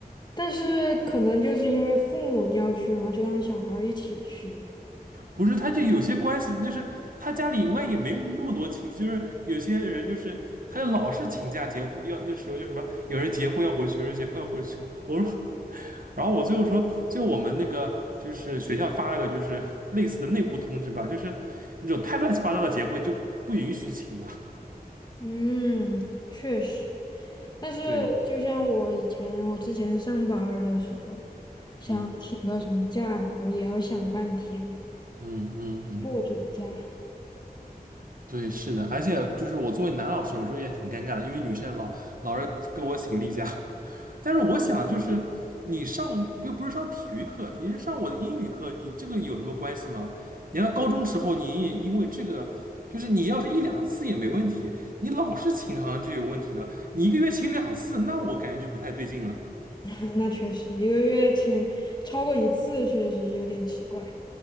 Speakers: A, on the left (about 25°); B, on the right (about 60°).
A: 但是可能就是因为父母要去，然后就让小孩儿一起去。
B: 不是，他就有些关系，就是他家里万一也没有那么多亲戚，就是有些人就是他就老是请假结婚，要那时候就什么有人结婚要回去，有人结婚要回去。我说，<laughs> 然后我最后说，最后我们那个就是学校发了个就是类似的内部通知吧，就是那种太乱七八糟的结婚就不允许请了。
A: 嗯，确实。但是就像我以前，
B: 对，
A: 我之前上班儿的时候，想请个什么假，
B: 嗯
A: 然后也要想半天，
B: 嗯嗯嗯，
A: 不准假。
B: 对，是的，而且就是我作为男老师，有时候也挺尴尬的，因为女生老老是跟我请例假。<laughs> 但是我想，就是你上又不是上体育课，你是上我的英语课，你这个有什么关系吗？你要高中时候你也因为这个，就是你要是一两次也没问题，你老是请好像就有问题了。你一个月请两次，那我感觉就不太对劲了。
A: <laughs> 那确实，一个月请超过一次，确实有点奇怪。